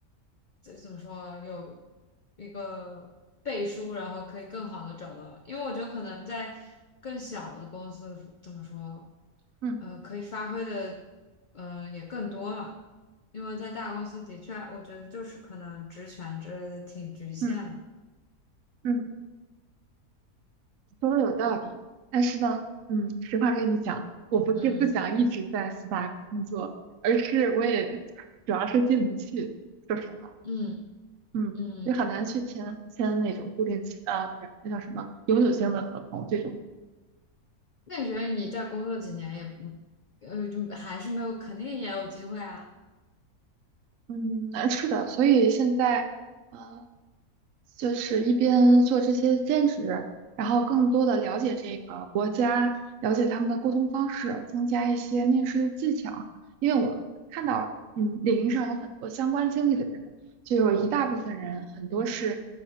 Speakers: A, on the left; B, on the right.
A: 就怎么说有一个背书，然后可以更好的找到。因为我觉得可能在更小的公司怎么说，
B: 嗯
A: 呃，可以发挥的呃也更多嘛。因为在大公司的确，我觉得就是可能职权之类的挺局限的。
B: 嗯嗯。说的有道理，但是呢，嗯，实话跟你讲，我不是不想一直在四大工作，
A: 嗯
B: 而是我也主要是进不去，说实话，
A: 嗯
B: 嗯，
A: 嗯。
B: 也很难去签签那种固定期啊，不是那叫什么永久性的合同这种，
A: 那你觉得你再工作几年也不，呃，就还是没有，肯定也有机会啊。
B: 嗯，难处的。所以现在，呃，就是一边做这些兼职，然后更多的了解这个国家，了解他们的沟通方式，增加一些面试的技巧。因为我看到，嗯，领域上有很多相关经历的人，就有一大部分人，很多是